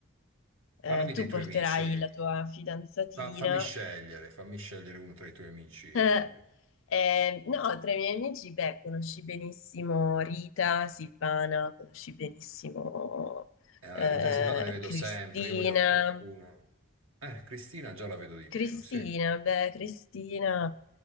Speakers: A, on the left; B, on the right.
A: eh,
B: parlami dei
A: tu
B: tuoi
A: porterai
B: amici.
A: la tua fidanzatina.
B: Fa- fammi scegliere, fammi scegliere uno tra i tuoi amici
A: <laughs>
B: nuovi.
A: Eh, no, tra i miei amici, beh, conosci benissimo Rita, Silvana, conosci benissimo
B: Eh,
A: eh,
B: Rita e Silvana le vedo
A: Cristina.
B: sempre, io voglio qualcuno. Eh, Cristina già la vedo di meno,
A: Cristina,
B: sì.
A: beh, Cristina,